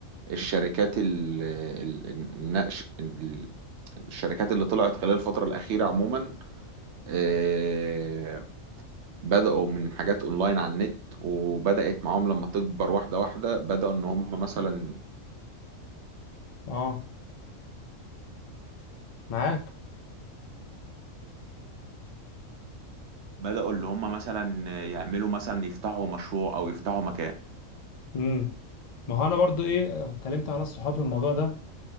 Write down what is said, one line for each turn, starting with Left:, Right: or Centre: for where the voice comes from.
Right: الشركات ال- ال- النقش ال- الشركات اللي طلعت خلال الفتره الاخيره عموما إيه بداوا من حاجات اونلاين على النت وبدات معاهم لما تكبر واحده واحده بداوا ان هم مثلا
Left: اه معاك
Right: بداوا اللي هم مثلا يعملوا مثلا يفتحوا مشروع او يفتحوا مكان
Left: امم ما هو انا برضو ايه اتكلمت مع ناس صحابي في الموضوع ده